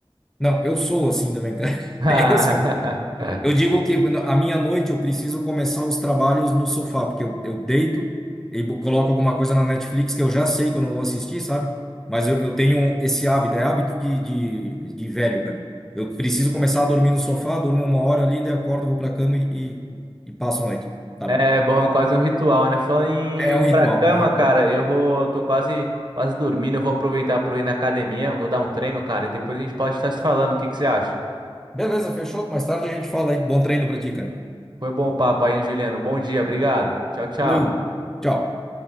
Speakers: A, in the centre; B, on the right.
A: não, eu sou assim também, cara. <laughs>
B: <laughs>
A: É Esse que eu, eu digo que a minha noite eu preciso começar os trabalhos no sofá, porque eu, eu deito e bo- coloco alguma coisa na Netflix que eu já sei que eu não vou assistir, sabe? Mas eu, eu tenho esse hábito, é hábito de, de, de velho, cara. Eu preciso começar a dormir no sofá, durmo uma hora ali, daí acordo, vou pra cama e, e, e passo a noite, sabe?
B: É bom, é quase um ritual, né? Falando em
A: É
B: ir
A: um ritual,
B: pra cama,
A: é um ritual.
B: cara, eu vou, tô quase, quase dormindo, eu vou aproveitar pra eu ir na academia, vou dar um treino, cara, e depois a gente pode estar se falando, o que que você acha?
A: Beleza, fechou? Mais tarde a gente fala aí. Bom treino pra ti, cara.
B: Foi bom o papo aí, hein, Juliano? Bom dia, obrigado. Tchau, tchau.
A: Valeu, tchau.